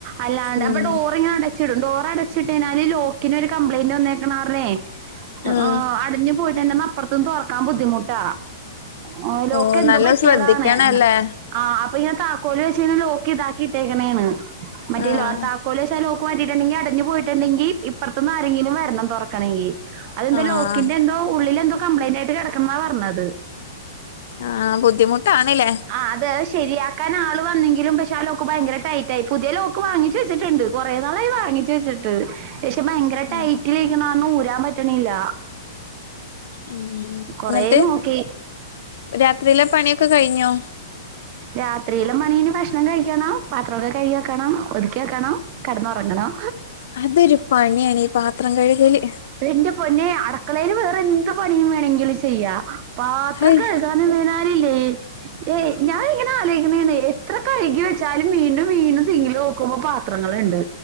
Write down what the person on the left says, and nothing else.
ഉം
ഉം
ഓ
നല്ലോ
ശ്രദ്ധിക്കണല്ലേ
ആഹ്
ആഹ്
ആഹ് ബുദ്ധിമുട്ടാണ്ല്ലേ?
ഉം
ഉം ഇന്നെട്ട്
രാത്രിയിലെ പണിയൊക്കെ കഴിഞ്ഞോ?
അതൊരു പണിയാണ് ഈ പാത്രം കഴുകല്.
ഹയ്